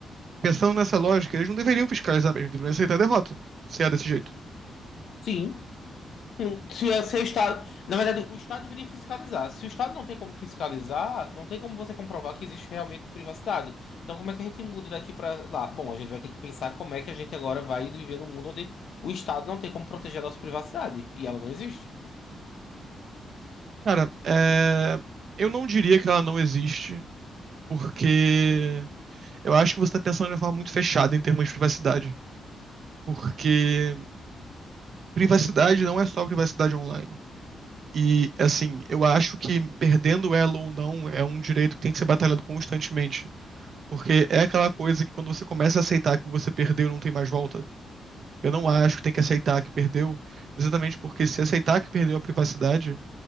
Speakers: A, on the right; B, on the left.
A: pensando nessa lógica, eles não deveriam fiscalizar mesmo, deveriam aceitar a derrota, se é desse jeito.
B: Sim, Hum, Se, é, se é o Estado. Na verdade, o Estado deveria fiscalizar. Se o Estado não tem como fiscalizar, não tem como você comprovar que existe realmente privacidade. Então, como é que a gente muda daqui para lá? Bom, a gente vai ter que pensar como é que a gente agora vai viver num mundo onde o Estado não tem como proteger a nossa privacidade. E ela não existe.
A: Cara, é, eu não diria que ela não existe, porque Eu acho que você está pensando de uma forma muito fechada em termos de privacidade, porque privacidade não é só privacidade online. E, assim, eu acho que perdendo ela ou não é um direito que tem que ser batalhado constantemente. Porque é aquela coisa que quando você começa a aceitar que você perdeu, não tem mais volta. Eu não acho que tem que aceitar que perdeu, exatamente porque se aceitar que perdeu a privacidade,